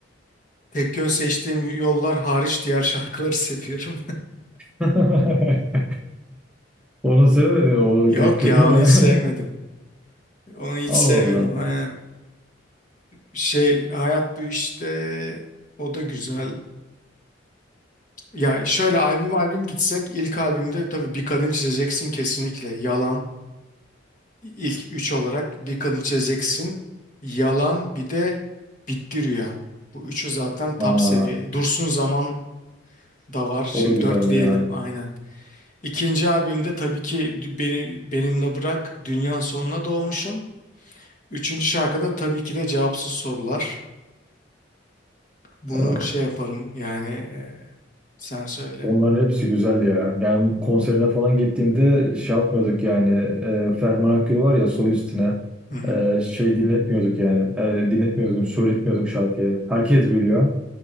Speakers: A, on the left; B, in the centre.
A: tek yön seçtiğim yollar hariç diğer şarkıları <laughs> seviyorum.
B: <laughs> Onu sevmedi. O
A: Yok
B: kö- kötü
A: ya
B: mü
A: onu
B: ya?
A: hiç sevmedim. Onu hiç
B: <laughs>
A: sevmedim
B: Allah Allah.
A: aynen. Şey Hayat Bu İşte o da güzel. Ya şöyle albüm albüm gitsek ilk albümde tabii bir kadın çizeceksin kesinlikle. Yalan ilk üç olarak bir kadın çizeceksin. Yalan bir de Bitti Rüya. Bu üçü zaten top
B: Aa,
A: seviye. Dursun Zaman da var.
B: o
A: Şimdi
B: da güzeldi
A: dörtleyelim
B: yani.
A: aynen. İkinci albümde tabii ki beni, Benimle Bırak Dünyanın Sonuna Doğmuşum. Üçüncü şarkıda tabii ki de Cevapsız Sorular. Bunu
B: Ya,
A: şey yaparım yani e, sen söyle.
B: Onların hepsi güzel ya. Yani konserine falan gittiğimde şey yapmıyorduk yani. E, Ferman Akgül var ya solistine.
A: Hı hı.
B: E, şey dinletmiyorduk yani. E, dinletmiyorduk, söyletmiyorduk şarkıyı. Herkes biliyor.